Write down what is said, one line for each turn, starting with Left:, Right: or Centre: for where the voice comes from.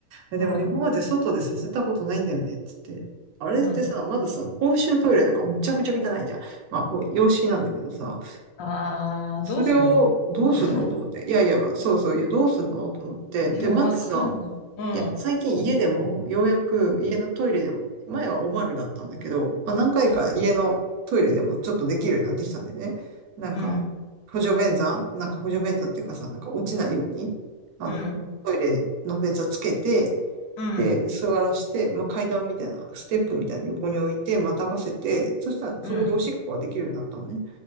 Right: えでも今まで外でさせたことないんだよね、
Left: うん、
Right: っつって。あれってさ、
Left: うん。
Right: まずさ、公衆トイレとかむちゃくちゃ汚いじゃん。まあ、こう洋式なんだけどさ、
Left: あー、
Right: それをどうすんのと思って。
Left: どうすんの <laughs>
Right: いやいや、そうそう、いや、どうすんのと思って。
Left: いや、
Right: で、まずさ、
Left: わかんない。うん、
Right: いや、
Left: う
Right: 最近家でも、ようやく家のトイレでも、
Left: ん、
Right: 前はおまるだったんだけど、まあ、何回か家のトイレでもちょっとできるようになってきたんだよね。
Left: うん、
Right: なんか、
Left: うん、
Right: 補助便座なんか補助便座っていうかさ、なんか落ちないように、あの、
Left: うん、
Right: トイレの便座つけて、
Left: うん、
Right: で、座らして、まあ、階段みたいな、ステップみたいな横に置いて、またがせて、そしたらそこでおしっこはできるようになったのね。
Left: うん、